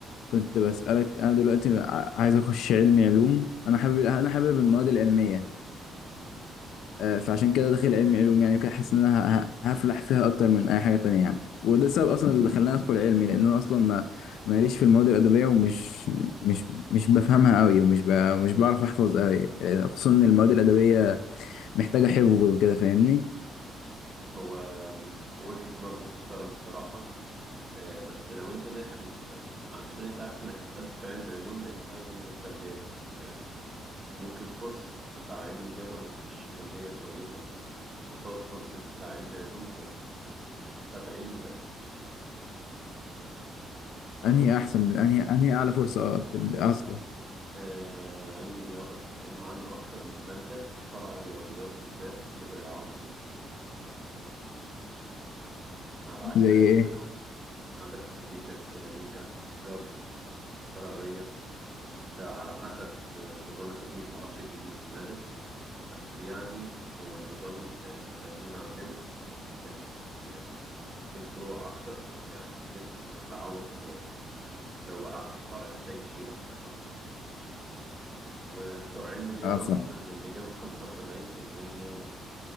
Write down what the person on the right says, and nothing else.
هو م- وجهة نظر تحترم الصراحة آه، بس لو أنت داخل علشان أنت عارف إنك هتأدي في علم علوم لأنها عايزة مذاكرة جامد يعني ممكن فرصة بتاع علم رياضة إنه يخش كلية كويسة قصاد فرصة بتاع علم علوم زي 70 ل 30
آه، علم رياضة لأنه عنده أكتر من مادة في فرع الرياضيات بالذات يقدر يعوض فيهم على عكس
علم
علوم عندك استاتيكا ديناميكا جبر فراغية ده على حسب آه، النظام القديم معرفش الجديد ماله بس يعني هو النظام القديم عندنا كان فيه الفروع أكتر يعني نسبة إنك تعوض في لو وقعت في فرع التاني يشيلك أكتر وبتوع علم رياضة
مثلا اللي جابوا 75%